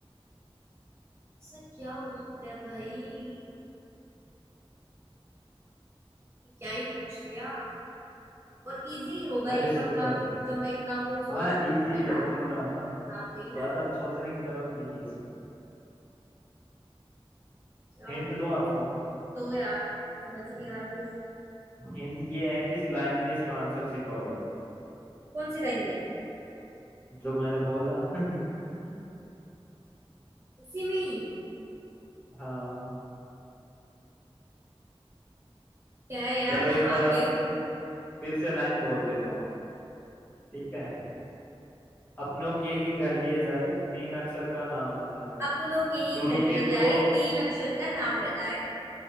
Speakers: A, on the right (about 25°); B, on the left (about 20°).
A: ऐसा क्या हो सकता है भाई ये क्या ही पूछ लिया और इजी होगा
B: अरे
A: ये
B: सिंपल
A: पक्का
B: है
A: जो मैं इतना वो सोच
B: हाँ
A: रही
B: इजी
A: हूँ है
B: है
A: ना
B: बोल रहा हूँ ना
A: हाँ वही
B: ज्यादा
A: ना
B: सोचने की जरूरत नहीं है इसमें
A: क्या हो
B: हिंट
A: सकता
B: दूं आपको
A: है तो यार समझ नहीं आ रहा कुछ
B: हिंट ये है कि इस लाइन में इसका आंसर छिपा हुआ है
A: कौन सी लाइन में
B: जो मैंने बोला <laughs>
A: उसी में ही
B: हाँ
A: क्या है यार
B: चलो
A: मैं
B: एक
A: हार
B: बार आपके
A: गई
B: लिए फिर से लाइन बोल देता हूँ ठीक है अपनों के ही घर ये जाए तीन अक्षर का नाम बताए
A: अपनों के ही
B: शुरू
A: घर ये
B: के दो
A: जाए तीन अक्षर का नाम बताए